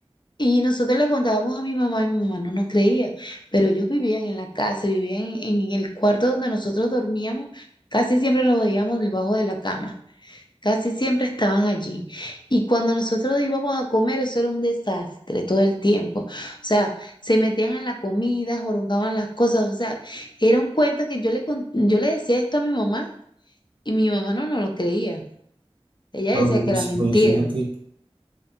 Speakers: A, on the left (about 45°); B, on the right (about 50°).
A: y nosotros le contábamos a mi mamá y mi mamá no nos creía, pero ellos vivían en la casa, vivían en en el cuarto donde nosotros dormíamos, casi siempre los veíamos debajo de la cama. Casi siempre estaban allí. Y cuando nosotros íbamos a comer, eso era un desastre todo el tiempo. O sea, se metían en la comida, jorongaban las cosas. O sea, era un cuento que yo le, con- yo le decía esto a mi mamá y mi mamá no, no lo creía. Ella
B: No,
A: decía que
B: pues
A: era mentira.
B: imagínate.